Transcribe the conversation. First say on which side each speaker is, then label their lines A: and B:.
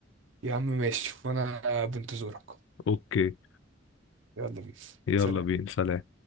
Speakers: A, on the right; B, on the left.
A: يا عم ماشي وانا بنتظرك
B: اوكي
A: يلا بينا
B: يلا
A: سلام
B: بينا سلام